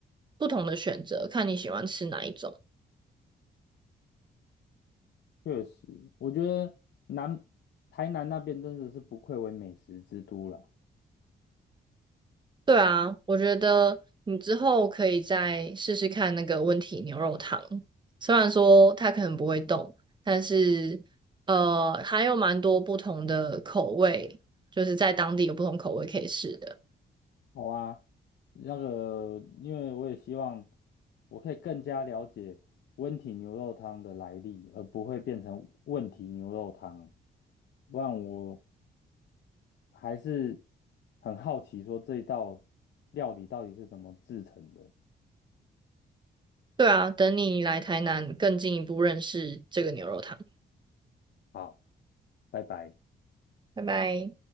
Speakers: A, on the right; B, on the left.
A: 不同的选择，看你喜欢吃哪一种。
B: 确实，我觉得南台南那边真的是不愧为美食之都啦。
A: 对啊，我觉得你之后可以再试试看那个温体牛肉汤，虽然说它可能不会动，但是呃，还有蛮多不同的口味，就是在当地有不同口味可以试的。
B: 好啊，那个，因为我也希望我可以更加了解温体牛肉汤的来历，而不会变成问题牛肉汤。不然我还是很好奇，说这一道料理到底是怎么制成的。
A: 对啊，等你来台南更进一步认识这个牛肉汤。
B: 好，拜拜。
A: 拜拜。